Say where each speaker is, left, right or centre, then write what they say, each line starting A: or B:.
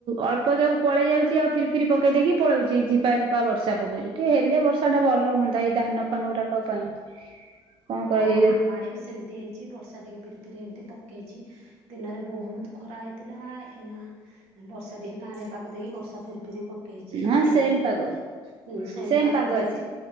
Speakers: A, on the right (about 50°); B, on the right (about 75°).
A: ଅଳ୍ପ କେ ପଳେଇ ଯାଉଛି ଆଉ ଫିରି ଫିରି ପକେଇ ଦେଇକି ପଳଉଛି ଝିପାଝିପା ବର୍ଷା ପକଉଛି ଟିକେ ହେଲେ ବର୍ଷା ଟା ଭଲ ହୁଅନ୍ତା ଏଇ ଧାନ ଫାନ ଗୁରାକ ପାଇଁ କଣ
B: ହଁ
A: କରାଯାଇ
B: ଆମ ଆଡେ ବି ସେମତି ହେଇଛି ବର୍ଷା ଟିକେ ଫିରି ଫିରି ଏମିତି ପକେଇଛି ଦିନରେ ବହୁତ ଖରା ହେଇଥିଲା ଏଇନା ବର୍ଷା ଟିକେ କାଳିଆ ପାଗ ଦେଇ ବର୍ଷା ଫେରି ଫିର୍ ପକେଇଛି
A: ହଁ
B: ସେଇ
A: ସେମ
B: ବି
A: ପାଗ
B: ହୁ ସେଏମ୍
A: ସେମ
B: ପାଗ ଦେଇଛି
A: ଅଛି